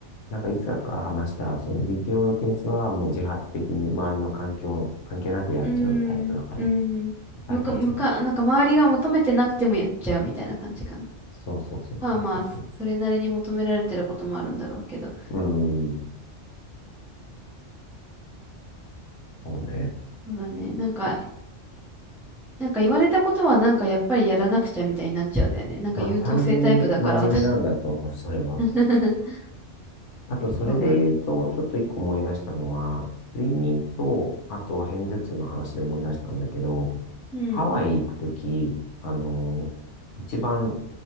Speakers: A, on the left; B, in the centre.
A: なんかいつだか話した、その実用のケースはもう自発的に周りの環境関係なくやっちゃうタイプだから、
B: うーん、うん。
A: タイプは違う。
B: むか、むか、なんか周りが求めてなくてもやっちゃうみたいな感じかな。
A: そうそうそうそうそうそ
B: まあまあ、それなりに求められてることもあるんだろうけど。
A: う。うーん、そうね。
B: そうだね。なんかなんか言われたことはなんかやっぱりやらなくちゃみたいになっちゃうんだよね。なんか優等生タイプだから私
A: まあ単純に真面目なんだと思う、それは。
B: <laughs>
A: あとそれで言うと、
B: そうなんで。
A: ちょっと一個思い出したのは、睡眠と、あと片頭痛の話で思い出したんだけど、
B: うん。
A: ハワイ行くとき、あの、一番